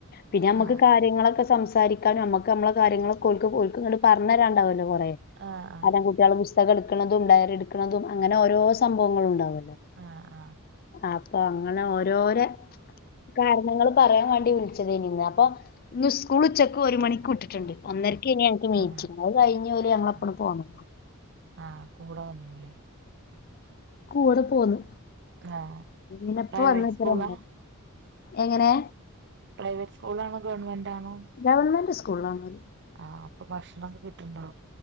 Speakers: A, on the left; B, on the right.
A: പിന്നെ നമ്മുക്ക്
B: ആഹ്
A: കാര്യങ്ങളൊക്കെ സംസാരിക്കാനും നമ്മുക്ക് നമ്മളെ കാര്യങ്ങളൊക്കക്കണ്ട് പറഞ്ഞു തരാണ്ടാവല്ലോ കുറേ
B: ആഹ്
A: അത് കുട്ടികളൾ പുസ്തകം എടുക്കുന്നതും ഡയറി എടുക്കുന്നതും അങ്ങനെ ഓരോ സംഭവങ്ങളും ഉണ്ടാവുമല്ലോ
B: ആഹ്
A: അപ്പൊ അങ്ങനെ ഓരോരെ കാരണങ്ങൾ പറയാൻ വേണ്ടി വിളിച്ചതേനി നിന്ന് അപ്പൊ ഇന്ന് സ്കൂൾ ഉച്ചക്ക് ഒരു മണിക്ക് വിട്ട് ഒന്നരയ്ക്കയ്നി നമ്മളെ മീറ്റിംഗ്
B: ആഹ് ആഹ്
A: അത് കഴിഞ്ഞ് ഒര് ഞങ്ങളെ ഒപ്പം
B: ആഹ്
A: പോന്ന്
B: ആഹ് കൂടെ വന്നില്ലേ
A: കൂടെ പോന്നു
B: ആഹ്
A: ഇനെപ്പ
B: പ്രൈവറ്റ്
A: വന്നത്രണ്ട
B: സ്കൂളാ
A: എങ്ങനെ
B: പ്രൈവറ്റ് സ്കൂൾ ആണോ ഗവൺമെന്റ് ആണോ
A: ഗവൺമെന്റ് സ്കൂളാണ്ണത്
B: ആഹ് അപ്പൊ ഭക്ഷണൊക്കെ കിട്ട്ണ്ടോ